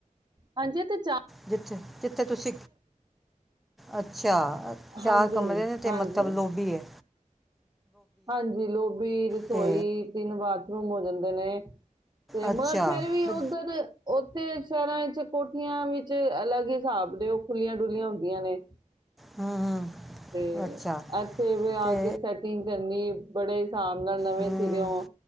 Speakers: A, on the right; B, in the centre.
A: ਹਾਂਜੀ ਤੇ ਚਾ
B: ਕਿਥੇ? ਜਿੱਥੇ ਤੁਸ, ਅੱਛਾ ਅ ਚਾਰ
A: ਹਾਂਜੀ
B: ਕਮਰੇ
A: ਹਾਂਜੀ
B: ਨੇ ਤੇ
A: ਹਾਂਜੀ
B: ਮਤਬ ਲੋਬੀ ਐ।
A: ਹਾਂਜੀ, ਲੋਬੀ, ਰਸੋਈ
B: ਤੇ
A: ਤਿਨ ਬਾਥਰੂਮ ਹੋ ਜਾਂਦੇ ਨੇ। ਤੇ ਮਨ
B: ਅੱਛਾ
A: ਫੇਰ ਵੀ
B: ਬ-
A: ਓਦਰ ਓਥੇ ਸੇ਼ਰਾਂ ਵਿੱਚ, ਕੋਠੀਆਂ ਵਿੱਚ, ਅਲਗ ਹਿਸਾਬ ਦੇ ਓ ਖੁਲੀਆ-ਡੁਲੀਆਂ ਹੁੰਦੀਆਂ ਨੇ
B: ਹੂੰ ਹੂੰ
A: ਤੇ
B: ਅੱਛਾ
A: ਐਥੇ ਵੀ
B: ਤੇ
A: ਆ ਕੇ ਸੈਟਿੰਗ ਕਰਨੀ ਬੜੇ <unintelligible> ਨਾਲ ਨਵੇਂ
B: ਹੂੰ
A: ਸਿਰਓ